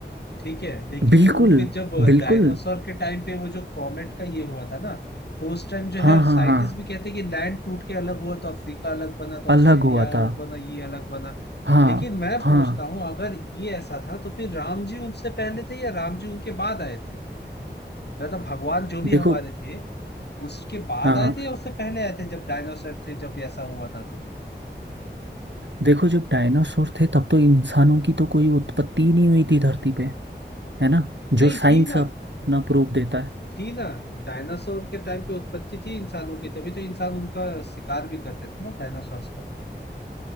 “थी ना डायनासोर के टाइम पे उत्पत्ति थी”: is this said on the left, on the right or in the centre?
Left